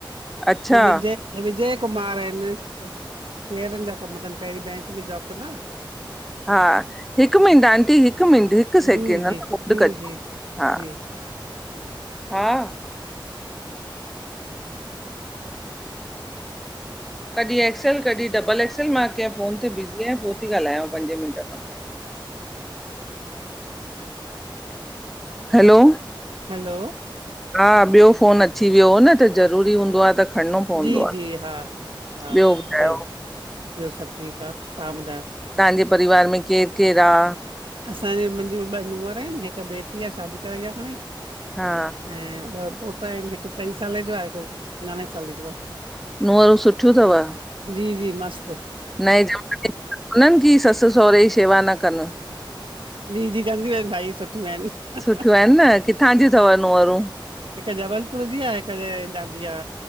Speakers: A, in the centre; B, on the right.
A: अच्छा
B: विजय <unintelligible> ऐं विजय कुमार आहिन, शेयरनि जा कम तनि, पहिरीं बैंक में जॉब कंदा हा।
A: हा हिकु मिंट आंटी, हिकु मिंट, हिकु
B: जी
A: सेकेंड
B: जी
A: हं होल्ड
B: जी
A: कजो
B: जी
A: हा।
B: जी
A: हा
B: ह <inaudible>
A: कॾहिं एक्सल, कॾहिं डबल एक्सल, मां कंहिं फोन ते बिज़ी आहियां, पो ती ॻाल्हायांव पंज मिंट खां पो।
B: हम <inaudible>
A: हलो
B: हलो
A: हा ॿियो फोन अची वियो हो न, त ज़रूरी हूंदो आ त खणणो पवंदो
B: जी- जी, हा
A: आहे
B: हा-
A: ॿियो
B: सही,
A: ॿुधायो
B: ॿियो सभु ठीकु आ तव्हां ॿुधायो?
A: तव्हांजे परिवार में केरु केरु आ?
B: असांजी मुंहिंजूं ॿ नूंंहर आहिन, हिकु बेटी आ शादी कराई आ हाणे।
A: हा
B: ऐं ॿ पोटा आहिन, हिकु चईं साले जो आ, हिकु नवें साले जो आ।
A: नूंहंरूं सुठियूं थव?
B: जी जी, मस्त!
A: नए ज़माने जी त कोनन कि ससु सहुरे जी शेवा न कनि?
B: जी- जी, कंदियूं आहिन, ॾाढी सुठियूं आहिन।
A: सुठियूं आहिन न, किथां जी थव नूंहरूं?
B: हिकु जबलपुर जी आ, हिक हेॾांजी आ